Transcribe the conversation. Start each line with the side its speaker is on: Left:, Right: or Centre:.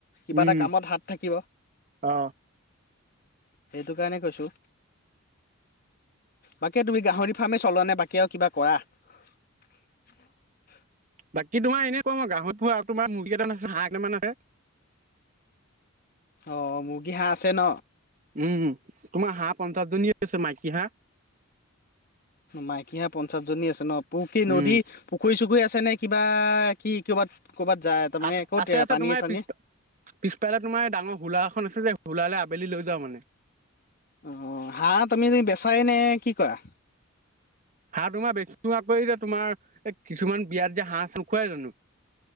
Left: কিবা
Right: উম
Left: এটা কামত হাত থাকিব।
Right: অ
Left: সেইটো কাৰণে কৈছো বাকী তুমি গাহৰি ফাৰ্মেই চল নে বাকী আৰু কিবা কৰা <unintelligible>
Right: বাকী তোমাৰ এনেকুৱা মই গাহৰি পুৰ আৰু তোমাৰ মুৰ্গীট আছে হাঁহ কেইটামান আছে
Left: অ', মুৰ্গী, হাহ আছে ন?
Right: উম তোমাৰ হাঁহ পঞ্চাছজনী আছে মাইকী হাঁহ।
Left: মাইকী হা পঞ্চাছ জনী আছে ন পুৰুকি
Right: উম
Left: নদী প পুখুৰী-চুখুৰী আছেনে? কিবা কি ক'ৰবাত ক'ৰবাত যায় তাৰমানে
Right: আছ-আছে,
Left: ক'ত
Right: আছে,
Left: পানীয়ে
Right: তোমাৰ
Left: চানীয়ে
Right: পিছ-পিছ ফালে তোমাৰ ডাঙৰ হোলা এখন আছে যে ওলালে আবেলি লৈ যাোৱা মানে
Left: অ', হাঁহ তুমি <unintelligible> বেচাই নে কি কৰা?
Right: হাহ তোমাৰ বেছি কৰি যে তোমাৰ এই কিছুমান বিয়াত যে হাহ-নোখোৱাই জানো?